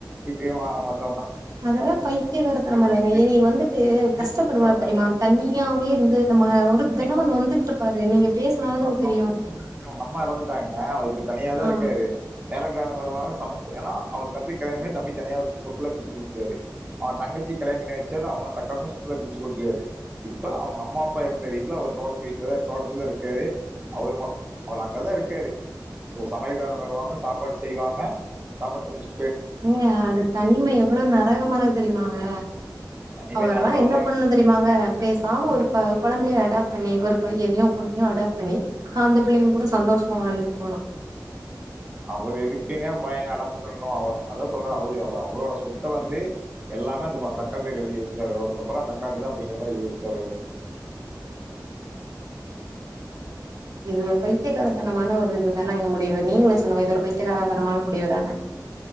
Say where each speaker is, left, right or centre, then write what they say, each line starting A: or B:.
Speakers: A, on the right; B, on the right.
A: இப் இவுங்க இவ்ங்க
B: அததா பைத்தியகாரத்தனமா இல்லங்க
A: ஆயிடுச்சு
B: ஏ நீ வந்துட்டு கஷ்டப்படுவாரு
A: இப்போ
B: தெரிமா தனி யாவே இருந்து
A: <inaudible>
B: நம்ம ஒரு தெனமு நொந்துகிட்டு இருப்பாரு நீங்க பேசுனாதானங்க
A: அவங்க
B: தெரியு
A: அம்மா எறந்துட்டாங்க அவரு இப்ப தனியாதா
B: ஆ
A: இருக்காரு வேலக்காரங்க வருவாங்க சமஸ்ட ஏன்னா அவ தம்பி கல்யாண பண்ணி தம்பி தனியா சொத்துல பிரிச்சு குடுத்துட்டாரு அவங்க தங்கச்சி கல்யாண பண்ணி வச்சாறு அவங்க அந்த அக்காக்கு சொத்துல பிரிச்சு கொடுத்துட்டாரு இப்ப அவங்க அம்மா அப்பா இருந்த வீட் தோட்டத்து வீட்ல தா தோட்டத்தில இருக்காரு அவ அவர் அங்கதா இருக்காரு சமையல் கார வருவாங்க சாப்பாடு செய்வாங்க சாப்பாடு செஞ்சு வச்சிட்
B: ஏங்க அது தனிமை எவ்வளோ நரகமானது தெரியுமாங்க
A: தனிமை
B: அவர்ல்லா
A: நரகம்
B: என்ன பண்ணனு தெரியுமாங்க பேசாம
A: தாங்க.
B: ஒரு ப கொழந்தைய அப்ப நீ ஒரு பையனோயோ பொண்ணையோ அடாப்ட் பண்ணி அந்த பிள்ளைங்க கூட சந்தோஷமா வாழ்ந்துட்டு போலா
A: அவர் எதுக்குங்க பையன அடக்கணு அவ அதா சொல்றா அவரு அவ அவரோட சொத்த வந்து எல்லாமே அந்த அந்த அக்கா பேர் எழுதி வச்சுட்டாரு அவருக்கு அப்புற அந்த அக்காவுக்குதா அப்படிங்கிற எழுதி வச்சுட்டாரு அவரு
B: <inaudible> இது ஒரு பையித்தியக்காரத்தனமான ஒரு இது னா அங்க முடிவு நீங்களே சொல்லுங்க இது ஒரு பைத்தியகாரகரமான முடிவு தான